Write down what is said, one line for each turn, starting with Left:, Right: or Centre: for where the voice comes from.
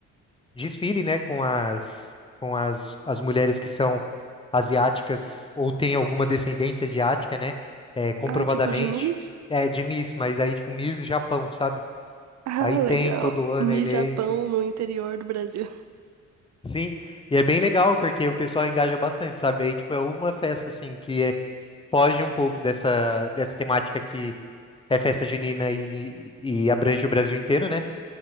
Left: desfile, né? Com as, com as, as mulheres que são asiáticas ou têm alguma descendência asiática, né? É, comprovadamente.
Right: Ah, tipo de Miss? <laughs>
Left: É, de Miss, mas aí, tipo, Miss Japão, sabe?
Right: Ah,
Left: Aí tem
Right: legal.
Left: todo ano
Right: Miss
Left: é eleito.
Right: Japão no interior do Brasil.
Left: Sim, e é bem legal porque o pessoal engaja bastante, sabe? Aí, tipo, é uma festa, assim, que é- foge um pouco dessa, dessa temática que é festa junina e, e abrange o Brasil inteiro, né?